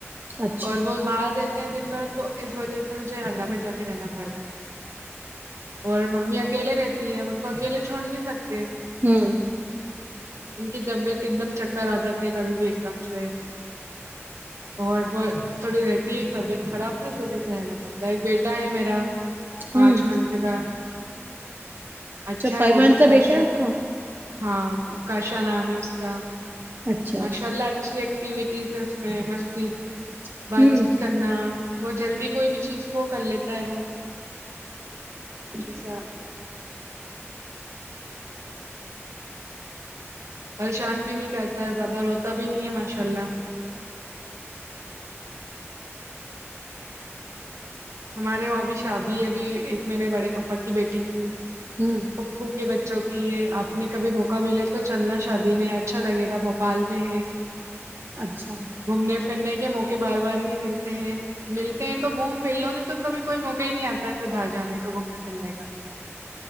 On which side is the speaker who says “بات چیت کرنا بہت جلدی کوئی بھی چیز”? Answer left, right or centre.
Right